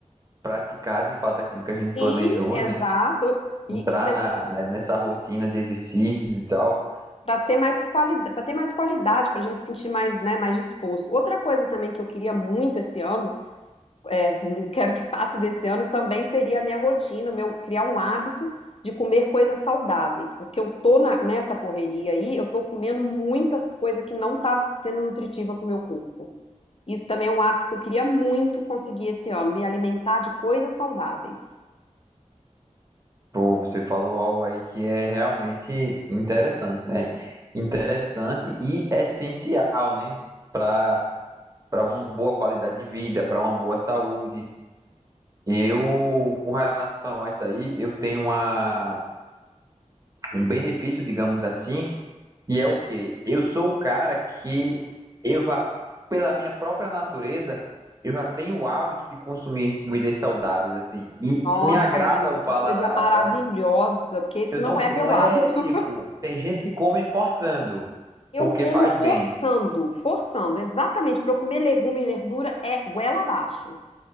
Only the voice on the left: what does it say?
Sim,
exato.
E isso é
para ser mais qualidade, para ter mais qualidade, para a gente se sentir mais, né, mais disposto. Outra coisa também que eu queria muito esse ano é, quero que passe desse ano, também seria a minha rotina, meu criar um hábito de comer coisas saudáveis, porque eu tô na- nessa correria aí, eu tô comendo muita coisa que não tá sendo nutritiva pro meu corpo. Isso também é um hábito que eu queria muito conseguir esse ano, me alimentar de coisas saudáveis.
Nossa,
amigo,
que
coisa maravilhosa,
porque esse
não
é
meu
hábito.
Eu
como
forçando,
forçando, exatamente, para eu comer legume e verdura é goela abaixo.